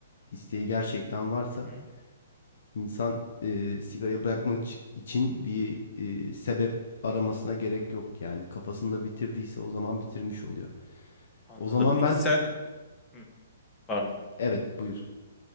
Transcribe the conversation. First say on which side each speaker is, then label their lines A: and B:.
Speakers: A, on the left; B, on the left.
A: isteği gerçekten varsa
B: hı hı.
A: insan e, sigarayı bırakmak için bir e, sebep aramasına gerek yok. Yani kafasında bitirdiyse o zaman bitirmiş oluyor.
B: Anladım.
A: O zaman
B: Peki
A: ben
B: sen, hı, pardon.
A: evet buyur.